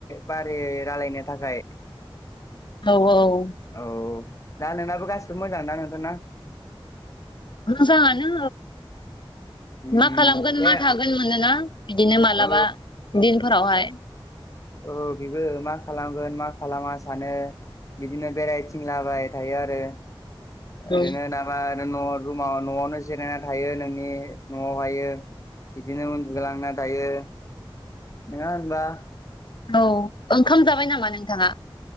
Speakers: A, on the left; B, on the left.
A: बारि रायलायनो थाखाय
B: औ औ।
A: औ दा नोंनाबो गासिबो मोजां ना नोंथांना।
B: मोजांयानो
A: उम
B: मा खालामगोन
A: दे
B: मा थागोन मोनोना बिदिनो मालाबा
A: औ
B: दिन फोरावहाय
A: औ बेबो मा खालामगोन मा खालामा सानो बिदिनो बेरायथिं लाबाय थायो आरो
B: औ
A: ओरैनो नामा। न' रुमाव न'आवनो जिरायना थायो नोंनि न'आवहाय। बिदिनो उन्दुग लांना थायो नङा होनबा
B: औ ओंखाम जाबाय नामा नोंथाङा।